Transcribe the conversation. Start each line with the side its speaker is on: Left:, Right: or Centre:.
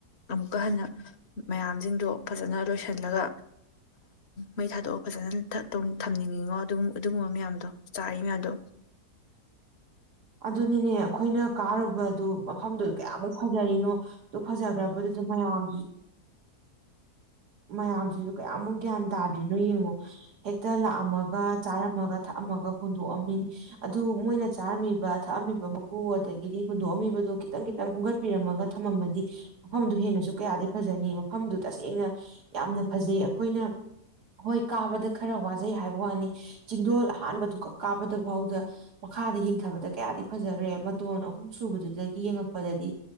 Left: ꯑꯃꯨꯛꯀ ꯍꯟꯅ ꯃꯌꯥꯝꯁꯤꯡ ꯑꯗꯨꯣ ꯐꯖꯅ ꯂꯣꯏꯁꯤꯜꯂꯒ ꯃꯩ ꯊꯥꯗꯣꯛꯑ ꯐꯖꯅ ꯊꯝꯅꯤꯡꯉꯤꯉꯣ ꯑꯗꯨꯒ ꯑꯗꯨꯒꯨꯝꯕ ꯃꯌꯥꯝꯗꯣ ꯆꯥꯔꯤ ꯃꯌꯥꯝꯗꯣ
Right: ꯑꯗꯨꯅꯤꯅꯦ ꯑꯩꯈꯣꯏꯅ ꯀꯥꯔꯨꯕ ꯑꯗꯨ ꯃꯐꯝꯗꯨꯗ ꯀꯌꯥꯃꯨꯛ ꯐꯖꯔꯤꯅꯣ ꯑꯗꯨ ꯐꯖꯈ꯭ꯔꯕꯗꯨꯗ ꯃꯌꯥꯝ ꯃꯌꯥꯝꯁꯤꯁꯨ ꯀꯌꯥꯃꯨꯛ ꯒ꯭ꯌꯥꯟ ꯇꯥꯗ꯭ꯔꯤꯅꯣ ꯌꯦꯡꯉꯣ ꯍꯦꯛꯇ ꯂꯥꯛꯑꯝꯃꯒ ꯆꯥꯔꯝꯃꯒ ꯊꯛꯑꯝꯃꯒ ꯍꯨꯟꯗꯣꯛꯑꯝꯃꯤꯅꯤ ꯑꯗꯨ ꯃꯣꯏꯅ ꯆꯥꯔꯝꯃꯤ ꯊꯛꯑꯝꯃꯤꯕ ꯃꯀꯨ ꯑꯗꯒꯤꯗꯤ ꯍꯨꯟꯗꯣꯛꯑꯝꯃꯤꯕꯗꯨꯣ ꯈꯤꯇꯪ ꯈꯤꯇꯪ ꯈꯨꯝꯝꯒꯠꯄꯤꯔꯝꯃꯒ ꯊꯝꯃꯝꯃꯗꯤ ꯃꯐꯝꯗꯨ ꯍꯦꯟꯅꯁꯨ ꯀꯌꯥꯗꯤꯩ ꯐꯖꯅꯤ ꯃꯐꯝꯗꯨ ꯇꯁꯦꯡꯅ ꯌꯥꯝꯅ ꯐꯖꯩ ꯑꯩꯈꯣꯏꯅ ꯍꯣꯏ ꯀꯥꯕꯗ ꯈꯔ ꯋꯥꯖꯩ ꯍꯥꯏꯕ ꯋꯥꯅꯤ ꯆꯤꯡꯗꯣꯜ ꯑꯍꯥꯟꯕꯗꯨ ꯈꯛ ꯀꯥꯕꯗ ꯐꯥꯎꯗ ꯃꯈꯥꯗ ꯌꯦꯡꯊꯕꯗ ꯀꯌꯥꯗꯤ ꯐꯖꯈ꯭ꯔꯦ ꯃꯇꯣꯟ ꯑꯍꯨꯝ ꯁꯨꯕꯗꯨꯗꯒꯤ ꯌꯦꯡꯉꯛꯄꯗꯗꯤ